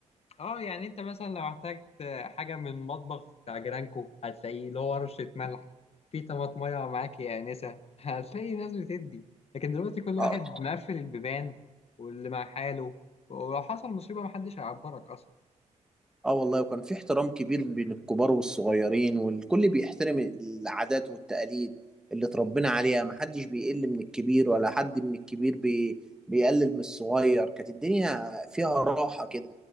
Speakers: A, on the left (about 50°); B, in the centre.
A: اه يعني أنت مثلا لو احتجت حاجة من مطبخ بتاع جيرانكو هتلاقيه له ورشة ملح في طماطمية معاك يا آنسة <laughs> هتلاقي ناس بتدي لكن دلوقتي كل واحد
B: اه
A: مقفل البيبان واللي مع حاله ولو حصل مصيبة محدش هيعبرك أصلا
B: اه والله وكان في احترام كبير بين الكبار والصغيرين والكل بيحترم العادات والتقاليد اللي اتربينا عليها محدش بيقل من الكبير ولا حد من الكبير بي بيقلل من الصغير كانت الدنيا فيها راحة كده